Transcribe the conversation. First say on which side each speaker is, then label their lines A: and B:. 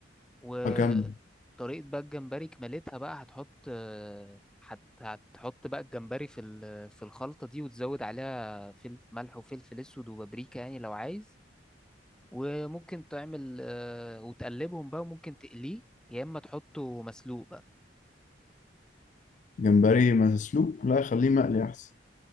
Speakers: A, in the centre; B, on the left (about 40°).
A: وطريقة
B: أكلة كاملة
A: بقى الجمبري كمالتها بقى هتحط آه، هت- هتحط بقى الجمبري في ال- في الخلطة دي وتزود عليها فلفل ملح وفلفل اسود وبابريكا يعني لو عايز وممكن تعمل آه، وتقلبهم بقى وممكن تقليه يا اما تحطه مسلوق بقى
B: جمبري مسلوق لا خليه مقلي أحسن